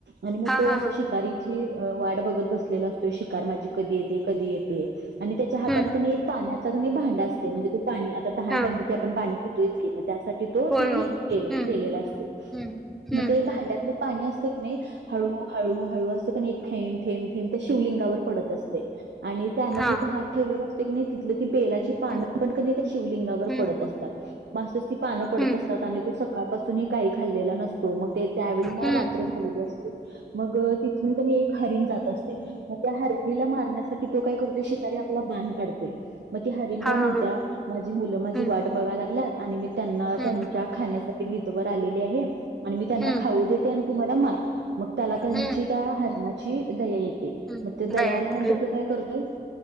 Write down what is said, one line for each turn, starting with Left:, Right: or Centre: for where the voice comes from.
Right: आणि मग
Centre: हा
Right: तो
Centre: हा हा
Right: शिकारीची वाट बघत लेला असतोय शिकार माझी कधी येते? कधी येते? आणि त्याच्या हातात
Centre: हम्म
Right: कनी पाण्याचा कनी भांड असते म्हणजे तो पाणी आता तहान
Centre: हा
Right: लागली की आपण पाणी पितोयच की मग त्यासाठी तो
Centre: होय
Right: ते घेऊन
Centre: होय हम्म
Right: गेलेला असतो,
Centre: हम्म हम्म
Right: मग ते भांड्यात पाणी असतंय की नाही हळू हळू हळू असं कनी थेंब थेंब थेंब त्या शिवलिंगावर पडत असतय आणि त्यान
Centre: हा
Right: जिथ हात ठेवलेल असतंय की नाही तिथलं ती बेलाची पान
Centre: हम्म
Right: पण की त्या शिवलिंगावर
Centre: हम्म
Right: पडत असतात. मग असच ती पान पडत
Centre: हम्म
Right: असतात. आणि तो सकाळपासूनही काही खाल्लेला नसतो, मग ते त्यावेळी ना
Centre: हम्म
Right: रात्र झालेले असते. मग तिथून कनी एक हरीण जात असते. मग त्या हरणीला मारण्यासाठी तो काय करतोय, शिकारी आपला बाण काढतोय. मग ती हरीण
Centre: हा
Right: काय
Centre: हा
Right: म्हणत्या
Centre: हा
Right: माझी मुलं माझी
Centre: हम्म
Right: वाट बघायला लागलात आणि मी त्यांना
Centre: हम्म
Right: त्यांच्या खाण्यासाठी इथवर आलेली आहे. आणि मी त्यांना
Centre: हम्म
Right: खाऊ देते आणि तु मला मार. मग त्याला त्यांची
Centre: हम्म
Right: त्या हरणाची दया येते,
Centre: हम्म
Right: मग त्याला दया आल्यानंतर
Centre: येते
Right: तो काय करतोय